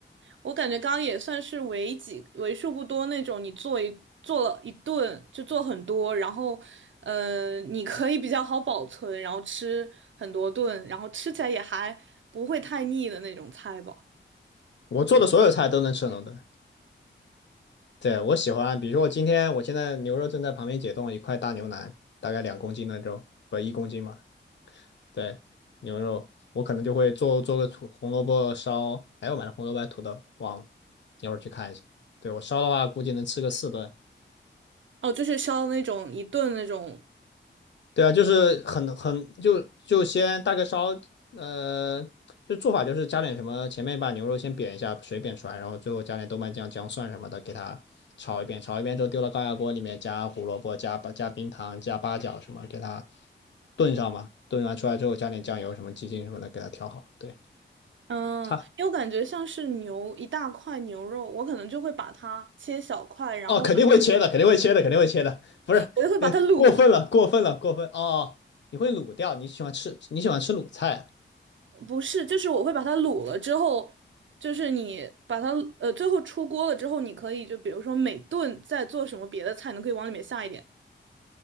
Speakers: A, on the right; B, on the left.
A: 我感觉刚刚也算是为几为数不多那种你做一做了一顿就做很多，然后呃你可以比较好保存，然后吃很多顿，然后吃起来也还不会太腻的那种菜吧。
B: 我做的所有菜都能吃很多顿对，我喜欢，比如说我今天，我现在牛肉正在旁边解冻，一块大牛腩，大概两公斤的肉，不，一公斤嘛。对，牛肉，我可能就会做做个土红萝卜烧，哎，我买的红萝卜还是土豆，忘了，一会儿去看一下。对，我烧的话，估计能吃个四顿。
A: 哦，就是烧那种一顿那种
B: 对啊，就是很很就就先大概烧，呃，就做法就是加点什么，前面把牛肉先煸一下，水煸出来，然后最后加点豆瓣酱、姜蒜什么的，给它炒一遍，炒一遍之后丢到高压锅里面，加胡萝卜、加八加冰糖、加八角什么，给它炖上嘛。炖完出来之后加点酱油什么、鸡精什么的，给它调好。对。
A: 嗯，
B: 差
A: 因为我感觉像是牛一大块牛肉，我可能就会把它切小块，然后把
B: 哦，肯定会切的，肯定会切的，肯定会切的，不是，
A: 我就会把它卤了。
B: 呃，过分了，过分了，过分哦！你会卤掉，你喜欢吃，你喜欢吃卤菜啊
A: 不是，就是我会把它卤了之后，就是你把它呃最后出锅了之后，你可以就比如说每顿再做什么别的菜，你可以往里面下一点。